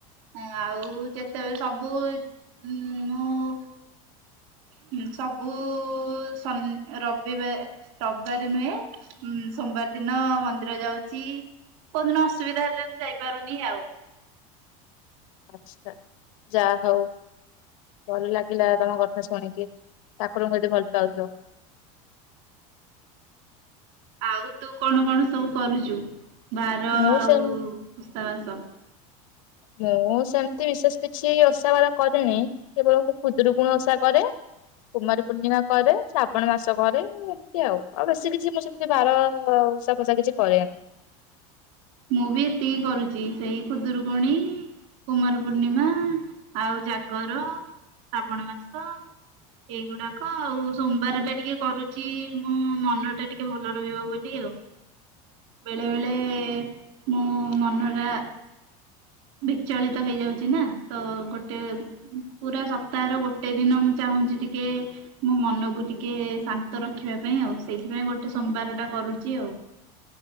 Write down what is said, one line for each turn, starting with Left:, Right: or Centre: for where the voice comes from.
Right: ହଁ ଆଉ ଯେତେବେଳେ ସବୁ ଉଁ ମୁଁ ସବୁ ସନ୍ ରବିବାରେ ଶବ୍ଦାରେ ନୁହେଁ ହୁଁ ସୋମବାର୍ ଦିନ ମନ୍ଦିର ଯାଉଚି କୋଉଦିନ ଅସୁବିଧା ହେଲେ ମୁ ଯାଇପାରୁନି ଆଉ।
Left: ଆଛା ଯା ହଉ। ଭଲ୍ ଲାଗିଲା ତମ କଥା ଶୁଣିକି ଠାରଙ୍କୁ ଏତେ ଭଲ୍ ପାଉଚ।
Right: ଆଉ ତୁ କଣ କଣ ସବୁ କରୁଚୁ ବାର
Left: ମୁଁ
Right: ଆଉ
Left: ସେମ
Right: ଉଷାବାସ?
Left: ମୁଁ ସେମ୍ତି ବିଶେଷ୍ କିଛି ଓଷା ବାର କରେନି କେବଳ ସେ ଖୁଦ୍ରୁକୁୁଣି ଓଷା କରେ କୁମାରୀ ପୂର୍ଣ୍ଣିମା କରେ ଶ୍ରାବଣ ମାସ କରେ ଏମ୍ତି ଆଉ ଆଉ ବେଶୀ କିଛି ମୁଁ ସେ ସେ ବାର ଓଷା ପୋଷା କିଛି କରିବାର୍
Right: ମୁଁ ବି ଏତିକି କରୁଚି ସେଇ ଖୁଦୁରୁକୁୁଣୀ କୁମାର ପୂର୍ଣ୍ଣିମା, ଆଉ ଜାଗର, ଶ୍ରାବଣ ମାସ ଏଇଗୁଡାକ ଆଉ ସୋମ୍ବାର ଟା ଟିକେ କରୁଛି ମୋ ମନ ଟା ଟିକେ ଭଲ ରହିବ ବୋଲି ଆଉ। ବେଳେ ବେଳେ ମୋ ମନଜା ବିଚଳିତ ହେଇଯାଉଛି ନା ତ ଗୋଟେରେ ପୁରା ସପ୍ତାହର ଗୋଟେ ଦିନ ମୁଁ ଚାହୁଁଛି ଟିକେ ମୋ ମନକୁ ଟିକେ ଶାନ୍ତ ରଖିବା ପାଇଁ ଆଉ ସେଇଥିପାଇଁ ଗୋଟେ ସୋମ୍ବାର ଟା କରୁଛି ଆଉ।